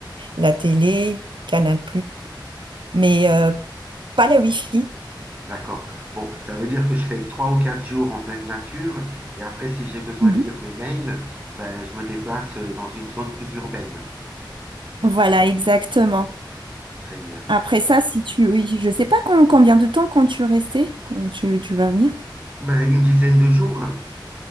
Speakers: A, on the right; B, on the right.
A: la télé, Canal+, mais euh, pas la Wi-Fi.
B: D'accord. Bon, ça veut dire que je fais trois ou quatre jours en pleine nature et après, si j'ai besoin
A: Mhm.
B: de lire mes mails, ben, je me déplace euh, dans une zone plus urbaine.
A: Voilà, exactement.
B: Très bien.
A: Après ça, si tu... Oui, je sais pas com- combien de temps quand tu restais, quand tu, tu vas venir.
B: Ben, une dizaine de jours,